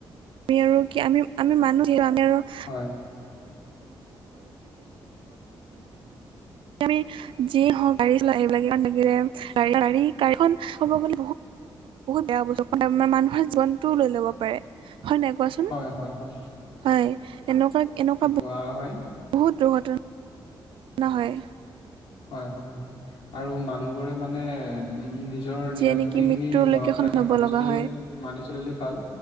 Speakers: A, on the right; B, on the left.
A: মি, আৰু কি আমি, আমি মানুহ যিহেতু আমি আৰু ক
B: হয়
A: <unintelligible> যি এ হওঁক <unintelligible> গাড়ি খন <unintelligible> বহুত বেয়া বস্তু। মানে মানুহৰ জীৱনতটোও লৈ ল'ব পাৰে, হয় নাই কোৱাচোন,
B: হয়, হয়, হয়।
A: হয়, এনেকুৱা, এনেকুৱা
B: খোৱা হয়।
A: বহুত দুৰ্ঘট না হয়।
B: হয়, হয়, হয় আৰু মানুহবোৰে মানে উম নিজৰ নিয়ম
A: যিয়ে নেকি
B: নীতিখিনি
A: মৃত্যুলৈকে
B: মনত
A: সন্মুখীন
B: ৰাখি
A: হ'ব
B: মানি
A: লগা
B: চলিলে
A: হয়
B: মানি চলিলে ভাল।